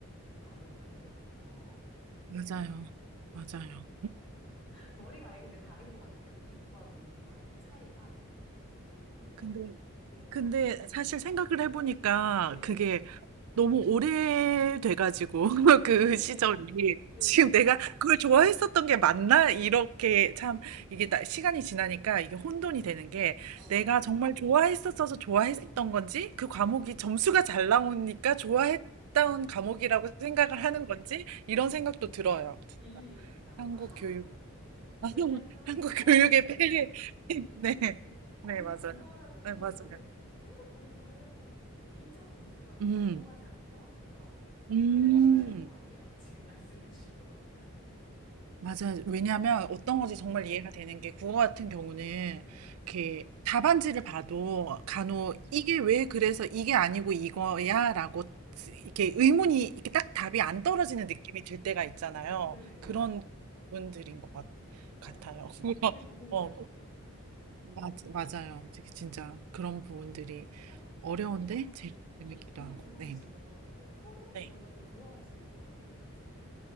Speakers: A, on the left; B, on the right.
A: 과목은 아니더라고요.
B: 맞아요. 맞아요.
A: 머리가 아예 근데 다른 것 같아요. 이과, 문과 이 차이가 큰 것 같아요.
B: 근데,
A: 네,
B: 근데 사실 생각을 해보니까
A: 네,
B: 그게 너무 오래돼가지고 <laughs>
A: 네,
B: 그 시절이
A: <laughs> 네,
B: 지금
A: 네,
B: 내가 그걸 좋아했었던 게 맞나? 이렇게 참 이게 나- 시간이 지나니까 이게 혼돈이 되는 게
A: 어,
B: 내가 정말
A: 네,
B: 좋아했었어서 좋아했었던 건지 그 과목이 점수가 잘 나오니까 좋아했던 과목이라고
A: 아,
B: 생각을 하는 건지
A: 네,
B: 이런 생각도 들어요. 진짜.
A: 일리 있다.
B: 한국
A: <laughs>
B: 교육 <laughs>
A: 왜냐면
B: 한국
A: 제가
B: 교육의 폐해 <laughs>
A: 폐쇄,
B: 네.
A: <laughs>
B: 네,
A: 그
B: 맞아요.
A: 국어라는
B: 네,
A: 게
B: 맞아요.
A: 저는 계속 공부를 해도 일정 점수가
B: 음.
A: 넘어가지 않더라고요.
B: 음.
A: 그래서 싫어했던 것 같아요. <laughs> 지금 말씀해 주신 거 보니까.
B: 맞아요. 왜냐하면
A: 네,
B: 어떤 건지 정말 이해가 되는 게 국어 같은 경우는
A: 네,
B: 이렇게 답안지를 봐도
A: 네.
B: 간혹 이게 왜 그래서 이게 아니고 이거야라고 이렇게 의문이 이렇게 딱 답이
A: 네.
B: 안 떨어지는 느낌이 들 때가 있잖아요.
A: 네.
B: 그런 부분들인 것 같,
A: 맞아요.
B: 같아요. <laughs>
A: 그게
B: 그래서,
A: 너무
B: 어,
A: 어려운 거니까.
B: 맞, 맞아요. 되게 진짜 그런 부분들이
A: <laughs> 어,
B: 어려운데
A: 그러면
B: 재밌기도
A: 국어
B: 하고.
A: 좋아하시면
B: 네.
A: 뭐 토론
B: 네.
A: 이런 것도 좋아하실 것 같아요, 왠지.